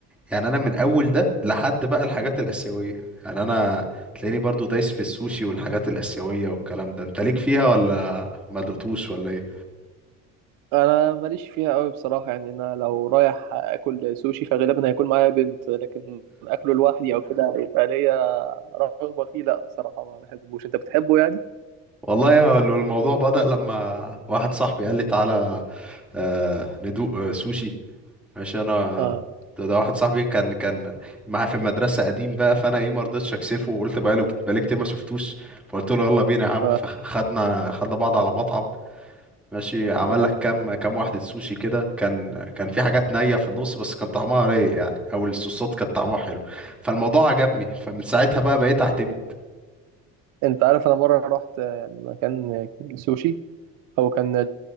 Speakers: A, in the centre; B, on the right.
A: يعني أنا من أول ده لحد بقى الحاجات الآسيوية يعني أنا تلاقيني برضو دايس في السوشي والحاجات الآسيوية والكلام ده أنت ليك فيها ولا ما دقتوش ولا إيه؟
B: انا ماليش فيها قوي بصراحه يعني انا لو رايح اكل سوشي فغالبا هيكون معايا بنت لكن اكله لوحدي او كده يبقى ليا رغبه فيه لا بصراحه ما بحبوش انت بتحبه يعني
A: والله يا- الموضوع بدأ لما واحد صاحبي قال لي تعالى آه، ندوق آه، سوشي ماشي انا
B: اه
A: ده ده واحد صاحبي كان كان معاه في المدرسه قديم بقى فانا ايه ما رضيتش اكسفه وقلت بقاله بقالي كتير ما شفتوش فقلت له يلا بينا يا عم
B: ف-
A: فخدنا خدنا بعض على مطعم ماشي عمل
B: آه.
A: لك كام كام واحده سوشي كده كان كان في حاجات نيه في النص بس كان طعمها رايق يعني او الصوصات كانت طعمها حلو فالموضوع عجبني فمن ساعتها بقى بقيت اعتمد
B: انت عارف انا مره رحت مكان سوشي هو كان